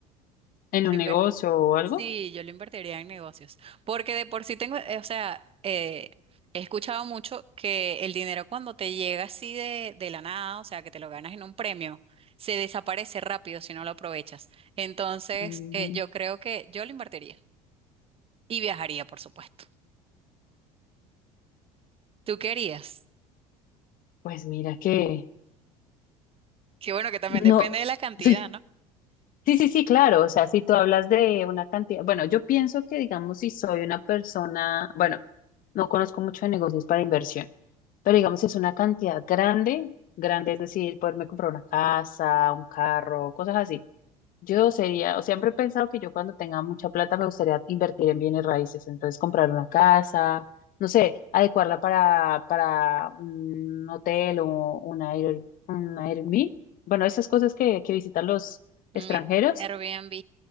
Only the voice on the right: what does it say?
Lo
inver-
sí, yo lo invertiría en negocios. Porque de por sí tengo, eh, o sea, eh, he escuchado mucho que el dinero cuando te llega así de, de la nada, o sea, que te lo ganas en un premio, se desaparece rápido si no lo aprovechas. Entonces,
eh, yo creo que yo lo invertiría. Y viajaría, por supuesto. ¿Tú querías?
Que bueno, que también
depende de la cantidad,
¿no?
Mm,
Airbnb.